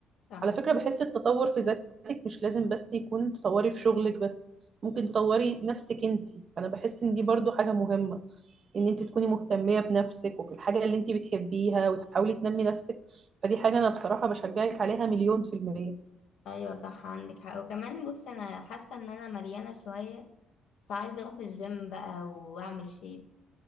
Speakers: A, on the left (about 70°); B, on the right (about 50°).
A: صح
B: على فكرة بحس التطور في ذاتك مش لازم بس يكون تطوري في شغلك بس ممكن تطوري نفسك انتي فأنا بحس ان دي برضو حاجة مهمة ان انت تكوني مهتمية بنفسك وفي الحاجة اللي انت بتحبيها وتحاولي تنمي نفسك فدي حاجة انا بصراحة بشجعك عليها مليون في المية
A: ايوه صح عندك حق وكمان بص انا حاسه ان انا مليانه شويه فعايزه اروح الجيم بقى واعمل شيب